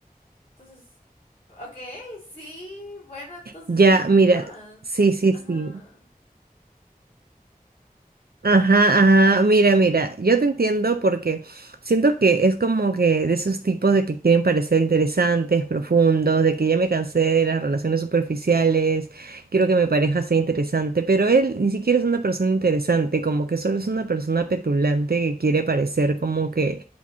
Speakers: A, on the left; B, on the right.
A: Entonces, ok, sí, bueno, entonces
B: Ya,
A: dime
B: mira,
A: más.
B: sí, sí,
A: Ajá.
B: sí. Ajá, ajá, mira, mira, yo te entiendo porque siento que es como que de esos tipos de que quieren parecer interesantes, profundos, de que ya me cansé de las relaciones superficiales, quiero que mi pareja sea interesante, pero él ni siquiera es una persona interesante, como que solo es una persona petulante que quiere parecer como que